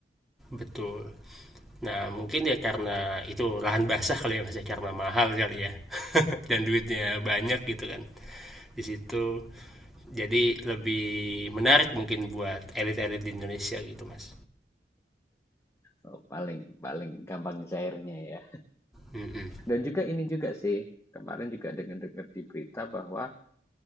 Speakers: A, in the centre; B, on the left.
A: Betul. Nah, mungkin ya karena itu lahan basah kali ya Mas ya, karena mahal kali ya. <laughs> Dan duitnya banyak gitu kan. Di situ jadi lebih menarik mungkin buat elit-elit di Indonesia gitu, Mas.
B: eee, paling paling gampang cairnya ya.
A: Mm-mm.
B: Dan juga ini juga sih, kemarin juga dengar-dengar di berita bahwa